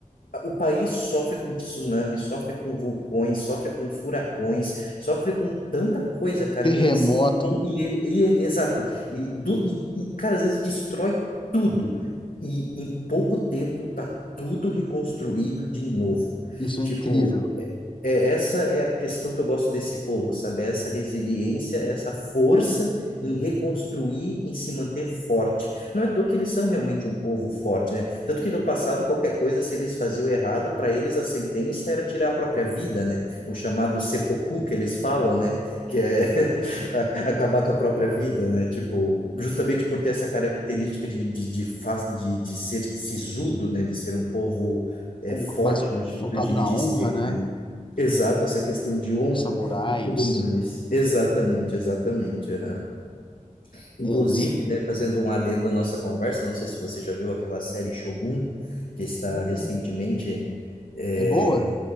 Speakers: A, on the left (about 75°); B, on the left (about 35°).
A: o país sofre com tsunami, sofre com vulcões, sofre com furacões, sofre com tanta coisa, cara.
B: Terremoto,
A: E ele se. E ele, e é- exato. E, do, e, e, cara, às vezes destrói tudo. E em pouco tempo tá tudo reconstruído de novo.
B: isso é
A: Tipo,
B: incrível.
A: é, essa é a questão que eu gosto desse povo, sabe? É Essa resiliência, é essa força em reconstruir e se manter forte. Não é à toa que eles são realmente um povo forte, né? Tanto que no passado, qualquer coisa, se eles faziam errado, para eles a sentença era tirar a própria vida, né? O chamado seppuku que eles falam, né? Que é <laughs> a- acabar com a própria vida, né? Tipo, justamente por ter essa característica de, de, de, fa- de, de ser sisudo, né? De ser um povo. É
B: Honra-
A: forte
B: Mas
A: no jeito
B: focado
A: de,
B: na
A: de
B: honra,
A: ser,
B: né?
A: né? Exato, essa questão de honra
B: Dos samurais.
A: e tudo mais. Exatamente, exatamente. aham. Inclusive,
B: É, eles.
A: né, fazendo um adendo à nossa conversa, não sei se você já viu aquela série Shogun, que está
B: Hum,
A: recentemente. é,
B: é boa?